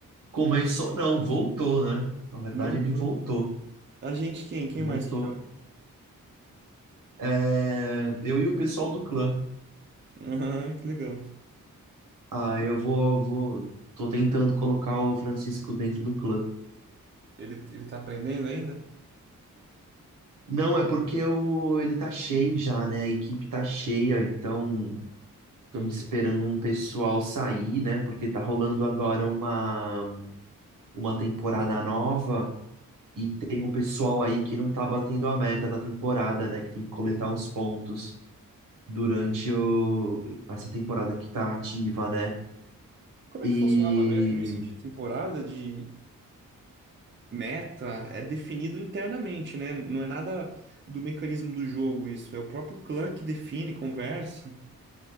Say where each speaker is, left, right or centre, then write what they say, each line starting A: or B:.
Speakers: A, on the right; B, on the right.
A: Começou, não, voltou, né? Na verdade,
B: Voltou.
A: ele voltou,
B: A gente quem? Quem
A: voltou.
B: mais que joga?
A: É, eu e o pessoal do clã.
B: <laughs> Aham, que legal.
A: Ah,
B: O-
A: eu vou, vou, tô tentando colocar o Francisco dentro do clã.
B: Ele, ele tá aprendendo ainda?
A: Não, é porque o, ele tá cheio já, né? A equipe tá cheia, então Estamos
B: Entendi.
A: esperando um pessoal sair, né? Porque tá rolando agora uma, uma temporada nova e tem um pessoal aí que não tá batendo a meta da temporada, né? Que tem que coletar uns pontos durante o, essa temporada que tá ativa, né?
B: Como
A: E
B: é que funcionava mesmo isso de temporada de Meta é definido internamente, né? Não é nada do mecanismo do jogo isso. É o próprio clã que define, conversa